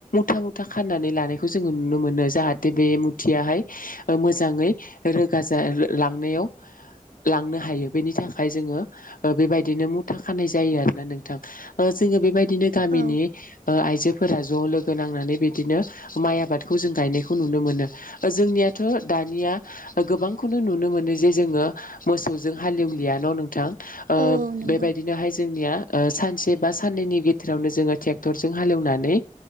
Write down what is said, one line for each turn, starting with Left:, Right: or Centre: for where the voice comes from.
Left: मुथा मुथा खाननानै लानायखौ जोङो नुनो मोनो जाहाथे बे मुथियाहाय ओ मोजाङै रो गाजा लांनायाव लांनो हायो बेनि थाखाय जोङो ओ बेबायदिनो मुथा खानाय जायो आरोना नोंथां जोङो बेबायदि दिनो गामिनि
Right: औ
Left: आइजोफोरा ज लोगो गो नांनानै बिदिनो माइ आबादखौ जों गायनायखौ नुनो मोनो ओ जोंनियाथ दानिया गोबांखौनो नुनो मोनो जे जोङो मोसौजों हालेवलिया न नोंथां ओ
Right: औ औ नंगौ
Left: बेबायदिनोहाय जोंनिया ओ सानसे बा साननैनि गेजेरावनो जोङो ट्रेक्टरजों हालेवनानै